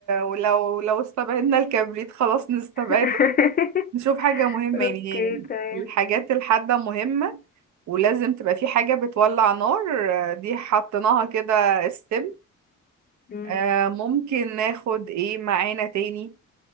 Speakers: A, on the right (about 70°); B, on the left (about 30°).
A: ولو لو استبعدنا الكبريت خلاص نستبعده
B: <laughs>
A: نشوف حاجة مهمة
B: اوكي
A: يعني هي
B: تمام
A: الحاجات الحادة مهمة ولازم تبقى في حاجة بتولع نار آه، دي حطيناها كده استم
B: مم.
A: آه، ممكن ناخد ايه معانا تاني